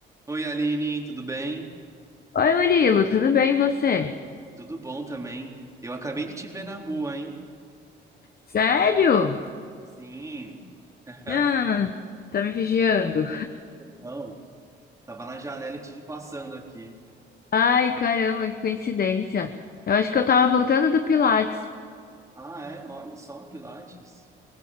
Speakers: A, on the right; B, on the left.
A: Oi, Aline, tudo bem?
B: Oi, Murilo, tudo bem e você?
A: Tudo bom também. Eu acabei de te ver na rua, hein?
B: Sério?
A: Sim. <laughs>
B: Ah, tá me vigiando.
A: Não, tava na janela e te vi passando aqui.
B: Ai, caramba, que coincidência. Eu acho que eu tava voltando do Pilates.
A: Ah, é? Olha só, Pilates.